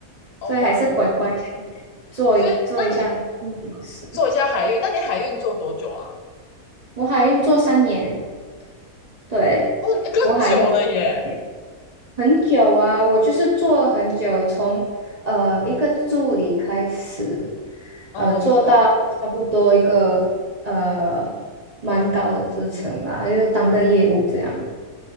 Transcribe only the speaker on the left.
哦，
我知道，
所以那你做一下海运，那你海运做多久啊？
哦，更久了耶。
啊，
我知道。